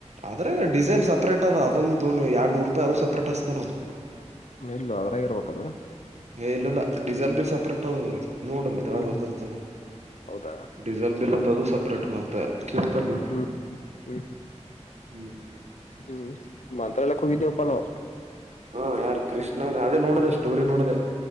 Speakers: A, on the right (about 70°); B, on the left (about 75°).
A: ಅಂದ್ರೆ ಡಿಝೆಲ್ ಸಪ್ರೇಟ್ ಅದ ಅದೊಂದುಣು ಎರಡ್ ನೂರು ರೂಪೆ ಅದು ಸಪ್ರೇಟ್ ಹೆಚ್ಚತ್ತಾನ ಅವ.
B: ನಿಲ್ಲು ಅದ್ರಾಗ ಇರ್ಬೇಕ ಅದ.
A: ಎ ಇಲ್ಲಿಲ್ಲ ಡಿಝೆಲ್ ಬಿಲ್ ಸಪ್ರೇಟ್ ಹೌದೌದ್ರ. ನೋಡ ಅಲ್ಲಿ ತಳಗ
B: ಹ್ಮ್
A: ಬರ್ದಿರತವು
B: ಹ್ಮ್ ಹೌದಾ
A: ಡೀಝೆಲ್ ಬಿಲ್ ಅತ್ತದು ಸಪ್ರೇಟ್ ಮತ್. ತ್ತಕ್ಕೆತರ್ಲೊ.
B: ಹ್ಮ್ ಹ್ಮ್
A: ಹ್ಮ್ ಹ್ಮ.
B: ಹ್ಮ್ ಮಂತ್ರಾಲಕ್ ಹೋಗಿದ್ದೇವಪ್ಪ ನಾವು
A: ಹಾ ಯಾರ್ ಕೃಷ್ಣ ಅದೇ ನೋಡ್ದ ಸ್ಟೋರಿ ನೋಡ್ದ